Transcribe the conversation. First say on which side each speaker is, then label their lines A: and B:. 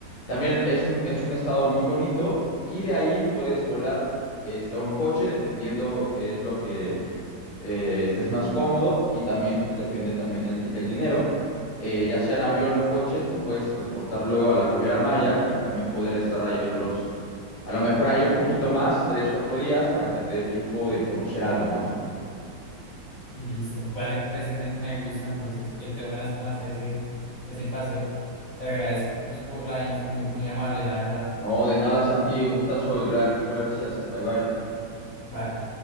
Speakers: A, on the left; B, on the left.
A: también es un, es un estado muy bonito y de ahí puedes volar este, o en coche, dependiendo qué es lo que eh, estés más cómodo y también pues depende también el, di- el dinero. Eh, ya sea en avión o en coche, te puedes transportar luego a la Ribera Maya y también poder estar ahí otros, a lo mejor ahí un poquito más, tres, cuatro días para que te dé tiempo de conocer algo, ¿no?
B: Listo. Vale, pues me, me gusta entonces que tengo ganas como de hacer ese, ese paseo. Te agradezco pues por la info, muy, muy amable, la verdad.
A: No, de nada, Santi, un gustazo, igual, igual gracias, bye bye.
B: Vale.